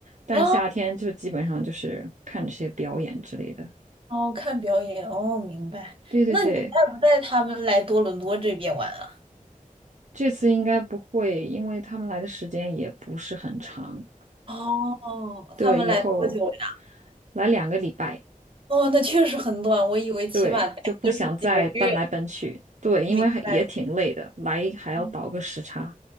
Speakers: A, on the right; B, on the right.
A: 但夏天就基本上就是看这些表演之类的。
B: 啊哦，看表演哦，明白。
A: 对对对，
B: 那你带不带他们来多伦多这边玩啊？
A: 这次应该不会，因为他们来的时间也不是很长。
B: 哦，
A: 对，
B: 他们来多久呀？
A: 以后来两个礼拜，
B: 哦，那确实很短，我以为起码待就是几个月。
A: 对，就不想再奔来奔去。对，因为还也挺累的，
B: 明白。
A: 来还要倒个时差。
B: 嗯